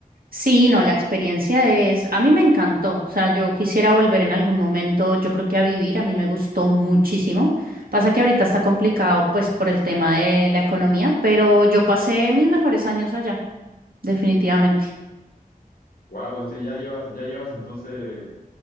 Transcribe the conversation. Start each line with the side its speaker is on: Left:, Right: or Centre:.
Right: Sí, no, la experiencia es, a mí me encantó, o sea, yo quisiera volver en algún momento, yo creo que a vivir, a mí me gustó muchísimo. Pasa que ahorita está complicado pues por el tema de la economía, pero yo pasé mis mejores años allá, definitivamente.
Left: Wow, este, ya llevas, ya llevas entonces,